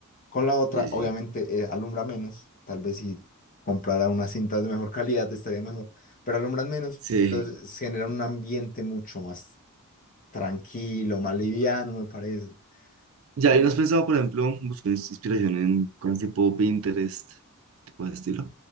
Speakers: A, on the left; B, on the right.
A: Con la otra,
B: Sí, sí.
A: obviamente, eh, alumbra menos. Tal vez si comprara unas cintas de mejor calidad estaría mejor, pero alumbran menos,
B: Sí.
A: pero se se genera un ambiente mucho más tranquilo, más liviano, me parece.
B: Ya,
A: Y-
B: ¿y no has pensado, por ejemplo, buscar ins- inspiración en cosas tipo Pinterest, tipo de ese estilo?